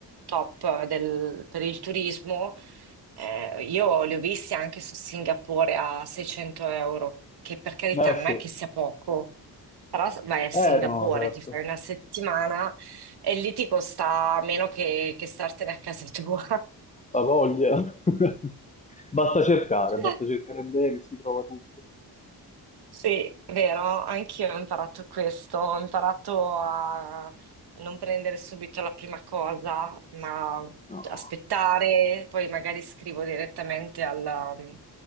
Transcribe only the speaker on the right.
top del- per il turismo, eh, io li ho visti anche su Singapore a 600 euro, che per carità
non
è che sia poco, però s- vai a Singapore,
ti fai una settimana e lì ti costa meno che, che startene a casa tua.
<laughs>
Sì, vero, anch'io ho imparato questo, ho imparato a non prendere subito la prima cosa, ma
aspettare, poi magari scrivo direttamente al- um,